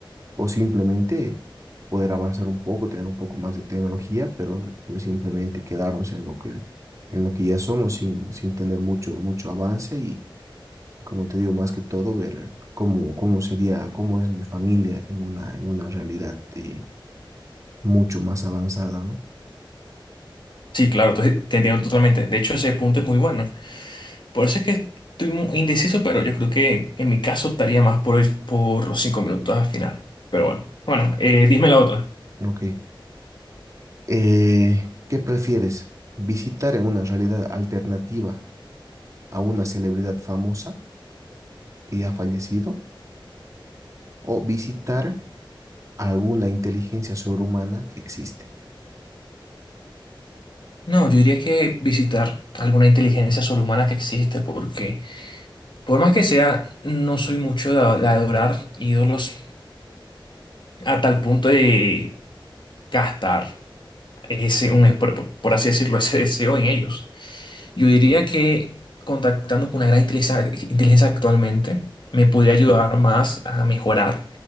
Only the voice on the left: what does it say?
Sí, claro, te te entiendo totalmente. De hecho, ese punto es muy bueno. Por eso es que estoy mu- indeciso, pero yo creo que en mi caso estaría más por, el- por los cinco minutos al final. Pero bueno, bueno, eh, dime la otra.
No, yo diría que visitar alguna inteligencia sobrehumana que existe, porque por más que sea, no soy mucho de, de adorar ídolos a tal punto de gastar ese, un, por, por- por así decirlo, ese deseo en ellos. Yo diría que contactando con una gran inteligencia, inteligencia actualmente me podría ayudar más a mejorar